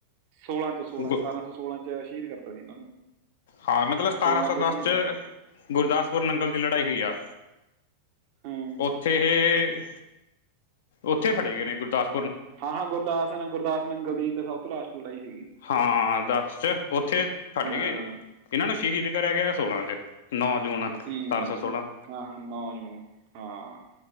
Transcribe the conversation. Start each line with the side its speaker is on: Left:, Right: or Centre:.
Right: ਸੋਲਾਂ'ਚ, ਸੋਲਾਂ'ਚ,
Left: ਗੁ
Right: ਸਤਾਰਾਂ ਸੌ ਸੋਲਾਂ'ਚ ਸ਼ਹੀਦ ਕਰਤਾ ਸੀ ਇਹਨਾਂ ਨੂੰ।
Left: ਹਾਂ, ਮਤਲਬ ਸਤਾਰਾਂ
Right: ਸੋਲਾਂ
Left: ਸੌ ਦੱਸ
Right: ਸ਼ਹੀਦ
Left: 'ਚ, ਗੁਰਦਾਸਪੁਰ ਨੰਗਲ ਦੀ ਲੜਾਈ ਹੋਈ ਆ।
Right: ਹੂੰ
Left: ਉੱਥੇ ਇਹ, ਉੱਥੇ ਫੜੇ ਗਏ ਨੇ ਗੁਰਦਾਸ
Right: ਹਾਂ-ਹਾਂ, ਗੁਰਦਾਸ, ਗੁਰਦਾਸ ਨੰਗਲ ਦੀ ਸਭ ਤੋਂ ਲਾਸਟ ਲੜਾਈ ਸੀਗੀ।
Left: ਹਾਂ, ਦੱਸ'ਚ ਉੱਥੇ ਫੜੇ
Right: ਹਾਂ
Left: ਗਏ। ਇਹਨਾਂ ਨੂੰ ਸ਼ਹੀਦ ਕਰਿਆ ਗਿਆ, ਸੋਲਾਂ'ਚ ਨੌ ਜੂਨ। ਸਤਾਰਾਂ
Right: ਹੂੰ
Left: ਸੌ ਸੋਲਾਂ
Right: ਹਾਂ ਆਈ ਨੋ ਯੂ ਹਾਂ।